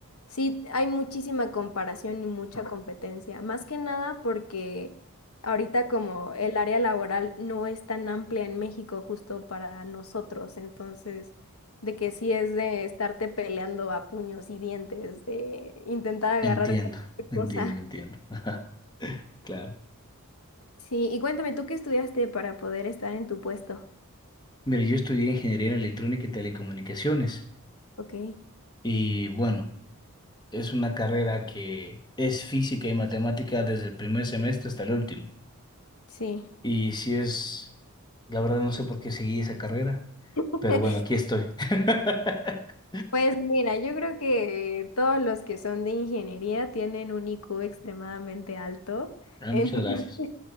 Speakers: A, on the left; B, on the left.
A: sí hay muchísima comparación y mucha competencia, más que nada porque ahorita como el área laboral no es tan amplia en México justo para nosotros, entonces de que sí es de estarte peleando a puños y dientes, de intentar agarrar
B: Entiendo,
A: cualquier
B: entiendo,
A: cosa.
B: entiendo.
A: <laughs>
B: <laughs> Ajá, claro.
A: Sí, y cuéntame, ¿tú qué estudiaste para poder estar en tu puesto?
B: Mira, yo estudié ingeniería electrónica y telecomunicaciones
A: Ok,
B: y bueno. Es una carrera que es física y matemática desde el primer semestre hasta el último.
A: sí.
B: Y si es, la verdad no sé por qué seguí esa carrera,
A: <laughs>
B: pero bueno, aquí estoy. <laughs>
A: Pues mira, yo creo que todos los que son de ingeniería tienen un IQ extremadamente alto.
B: Ah,
A: Entonces,
B: Muchas gracias.